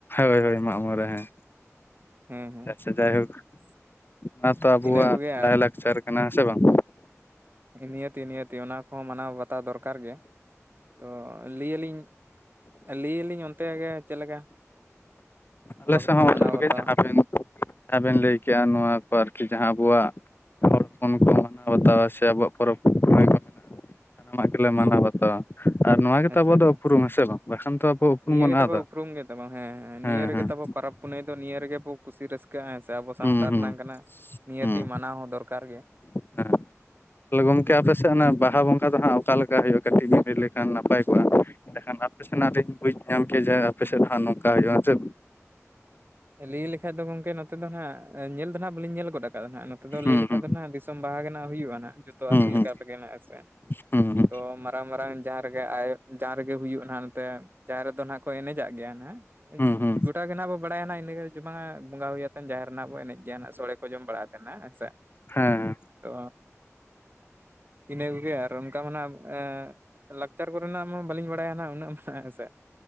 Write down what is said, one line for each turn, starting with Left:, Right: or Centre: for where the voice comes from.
Left: ᱦᱳᱭ ᱦᱳᱭᱱᱢᱟᱜ ᱢᱚᱬᱮ ᱦᱮᱸ
Right: ᱦᱮᱸ ᱦᱮᱸ
Left: ᱟᱪᱷᱟ ᱡᱟᱭᱦᱳᱠ᱾ ᱱᱚᱣᱟ ᱛᱚ ᱟᱵᱚᱣᱟᱜ
Right: ᱤᱱᱟᱹ ᱠᱚᱜᱮ
Left: ᱞᱟᱭᱼᱞᱟᱠᱪᱟᱨ ᱠᱟᱱᱟ ᱦᱮᱸ ᱥᱮ ᱵᱟᱝ?
Right: ᱱᱤᱦᱛᱤ ᱱᱤᱦᱛᱤ ᱚᱱᱟ ᱠᱚᱦᱚᱸ ᱢᱟᱱᱟᱣ ᱵᱟᱛᱟᱣ ᱫᱚᱨᱠᱟᱨ ᱜᱮ᱾ ᱛᱚ ᱞᱟᱹᱭᱞᱤᱧ, ᱞᱟᱹᱭᱞᱤᱧ ᱚᱱᱛᱮ ᱜᱮ ᱪᱮᱫ ᱞᱮᱠᱟ? ᱚᱠᱟ
Left: ᱟᱞᱮ ᱥᱮᱫ
Right: ᱠᱚᱯᱮ
Left: ᱦᱚᱸ ᱚᱱᱟ
Right: ᱢᱟᱱᱟᱣ
Left: ᱠᱚᱜᱮ
Right: ᱵᱟᱛᱟᱣᱟ
Left: ᱡᱟᱦᱟᱸ ᱵᱮᱱ, ᱡᱟᱦᱟᱸ ᱵᱮᱱ ᱞᱟᱹᱭ ᱠᱮᱜ-ᱟ ᱱᱚᱣᱟ ᱠᱚ ᱟᱨᱠᱤ ᱡᱟᱦᱟᱸ ᱟᱵᱚᱣᱟᱜ ᱦᱚᱲ ᱦᱚᱯᱚᱱ ᱠᱚ ᱢᱟᱱᱟᱣ ᱵᱟᱛᱟᱣᱟ‌ ᱥᱮ ᱟᱵᱚᱣᱟᱜ ᱯᱚᱨᱚᱵᱽ ᱯᱩᱱᱟᱹᱭ ᱠᱚ ᱢᱮᱱᱟᱜᱼᱟ ᱥᱟᱱᱟᱢᱟᱜ ᱜᱮᱞᱮ ᱢᱟᱱᱟᱣ ᱵᱟᱛᱟᱣᱟ᱾ ᱟᱨ ᱱᱚᱣᱟ ᱜᱮᱛᱚ
Right: ᱟᱪᱪᱷᱟ
Left: ᱟᱵᱚᱣᱟᱜ
Right: ᱟᱪᱪᱷᱟ
Left: ᱫᱚ ᱩᱯᱨᱩᱢ ᱦᱮᱸ ᱥᱮ ᱵᱟᱝ ᱵᱟᱠᱷᱟᱱ ᱛᱚ ᱟᱵᱚ ᱩᱯᱨᱩᱢ
Right: ᱱᱤᱭᱟᱹ
Left: ᱵᱚᱱ
Right: ᱜᱮ ᱛᱟᱵᱚ
Left: ᱟᱫᱟ᱾
Right: ᱩᱯᱨᱩᱢ ᱜᱮ <unintelligible> ᱦᱮᱸ ᱦᱮᱸ᱾
Left: ᱦᱮᱸ
Right: ᱱᱤᱭᱟᱹ ᱨᱮᱜᱮ
Left: ᱦᱮᱸ᱾
Right: ᱛᱟᱵᱚ ᱯᱚᱨᱚᱵᱽ ᱯᱩᱱᱟᱹᱭ ᱫᱚ ᱱᱤᱭᱟᱹ ᱨᱮᱜᱮ ᱵᱚ ᱠᱩᱥᱤ ᱨᱟᱹᱥ ᱠᱟᱹᱜ-ᱟ ᱦᱮᱸ ᱥᱮ ᱟᱵᱚ ᱥᱟᱶᱛᱟ
Left: ᱦᱩᱸ ᱦᱩᱸ
Right: ᱨᱮᱱᱟᱝ ᱠᱟᱱᱟ,, ᱱᱤᱦᱟᱹᱛᱤ
Left: ᱦᱩᱸ
Right: ᱢᱟᱱᱟᱣ ᱦᱚᱸ ᱫᱚᱨᱠᱟᱨ ᱜᱮᱭᱟ᱾
Left: ᱦᱮᱸ ᱛᱟᱦᱚᱞᱮ ᱜᱚᱝᱠᱮ ᱟᱯᱮ ᱥᱮᱫ ᱚᱱᱟ ᱵᱟᱦᱟ ᱵᱚᱸᱜᱟ ᱫᱚ ᱦᱟᱸᱜ ᱚᱠᱟ ᱞᱮᱠᱟ ᱦᱩᱭᱩᱜᱼᱟ? ᱠᱟᱹᱴᱤᱡ ᱵᱮᱱ ᱞᱟᱹᱭ ᱞᱮᱠᱷᱟᱱ ᱱᱟᱯᱟᱭ ᱠᱚᱜᱼᱟ᱾ ᱮᱸᱰᱮᱠᱷᱟᱱ ᱟᱯᱮ ᱥᱮᱱᱟᱜ ᱞᱤᱧ ᱵᱩᱡᱽ ᱧᱟᱢ ᱠᱮᱭᱟ, ᱡᱮ ᱟᱯᱮ ᱥᱮᱫ ᱦᱟᱸᱜ ᱱᱚᱝᱠᱟ ᱦᱩᱭᱩᱜᱼᱟ ᱡᱮ᱾
Right: ᱞᱟᱹᱭ ᱞᱮᱠᱷᱟᱡ ᱫᱚ ᱜᱚᱝᱠᱮ ᱱᱚᱛᱮ ᱫᱚ ᱱᱟᱦᱟᱜ, ᱧᱮᱞ ᱫᱚ ᱱᱟᱦᱟᱜ ᱵᱟᱹᱞᱤᱧ ᱧᱮᱞ ᱜᱚᱫ ᱟᱠᱟᱫᱟ ᱱᱟᱦᱟᱜ, ᱱᱚᱛᱮ ᱫᱚ
Left: ᱦᱩᱸ
Right: ᱞᱟᱹᱭ ᱞᱮᱠᱷᱟᱡ
Left: ᱦᱩᱸ
Right: ᱫᱚ ᱱᱟᱦᱟᱜ ᱫᱤᱥᱚᱢ ᱵᱟᱦᱟ ᱵᱮᱱᱟᱣ ᱦᱩᱭᱩᱜᱼᱟ ᱱᱟᱦᱟᱜ ᱡᱚᱛᱚ
Left: ᱦᱩᱸ
Right: ᱟᱹᱛᱩ ᱞᱮᱠᱟ ᱛᱮᱜᱮ ᱱᱟᱦᱟᱜ ᱦᱮᱸ ᱥᱮ᱾
Left: ᱦᱩᱸ ᱦᱩᱸ ᱦᱩᱸ
Right: ᱛᱚ ᱢᱟᱨᱟᱝ ᱢᱟᱨᱟᱝ ᱡᱟᱦᱟᱸ ᱨᱮᱜᱮ ᱟᱭᱳ, ᱡᱟᱦᱟᱸ ᱨᱮᱜᱮ ᱦᱩᱭᱩᱜ-ᱟ ᱱᱟᱦᱟᱜ ᱱᱚᱛᱮ, ᱡᱟᱦᱟᱸ ᱨᱮᱫᱚ ᱱᱟᱦᱟᱜ ᱠᱚ ᱮᱱᱮᱡᱟᱜ ᱜᱮᱭᱟ ᱱᱟᱦᱟᱜ,
Left: ᱦᱩᱸ ᱦᱩᱸ
Right: ᱜᱚᱴᱟ ᱜᱮ ᱱᱟᱦᱟᱜ ᱵᱚ ᱵᱟᱲᱟᱭᱟ ᱱᱟᱦᱟᱜ <inaudible> ᱵᱚᱸᱜᱟ ᱦᱩᱭ ᱟᱛᱮᱱ ᱡᱟᱦᱮᱨ ᱨᱮ ᱱᱟᱦᱟᱜ ᱵᱚ ᱮᱱᱮᱡ ᱜᱮᱭᱟ ᱱᱟᱦᱟᱜ ᱥᱚᱲᱮ ᱠᱚ ᱡᱚᱢ ᱵᱟᱲᱟ ᱠᱟᱛᱮᱱ ᱱᱟᱦᱟᱜ ᱦᱮᱸ ᱥᱮ,
Left: ᱦᱮᱸ
Right: ᱛᱚ, ᱤᱱᱟᱹ ᱠᱚᱜᱮ ᱟᱨ ᱚᱱᱠᱟ ᱢᱟ ᱱᱟᱦᱟᱜ ᱮᱸ ᱞᱟᱠᱪᱟᱨ ᱠᱚ ᱨᱮᱱᱟᱜ ᱢᱟ ᱵᱟᱹᱞᱤᱧ ᱵᱟᱲᱟᱭᱟ ᱱᱟᱦᱟᱜ ᱩᱱᱟᱹᱜ ᱢᱟ ᱦᱟᱸᱜ ᱦᱮᱸ ᱥᱮ,